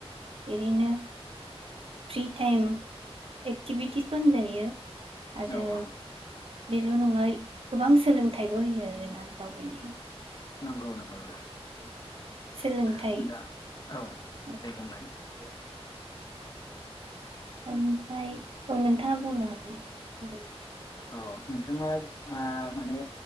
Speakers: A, on the right (about 60°); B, on the left (about 40°).
A: इरैनो फ्रि टाइम एक्टिभिटिस फानोजायो आरो
B: औ औ
A: बेल' नङाय गोबां सोलोंथाइबो होयो आरोना दावबायनाय
B: नंगौ नंगौ <inaudible>
A: सोलोंथाइ
B: दा औ
A: औ
B: दे बुंलाय <unintelligible>
A: ओमफ्राय औ नोंथाङा बुंनो हागोन दे
B: औ नोंथाङा माने